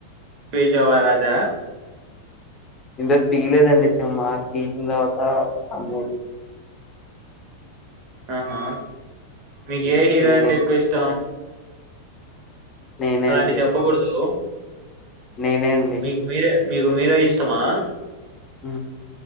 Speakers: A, on the right; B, on the left.
A: పేచవాలాద
B: ఇంత తీయలేదండి సినిమా తీసిన తర్వాత అమ్మూ
A: ఆహా మీకు
B: హ్మ్.
A: ఏ హీరో
B: నేనే
A: అంటే ఎక్కువ ఇష్టం
B: నేనే
A: అలాంటి
B: అండి.
A: చెప్పకూడదు
B: నేనే అండి
A: మీకు మీరే మీకు మీరే ఇష్టమా
B: హ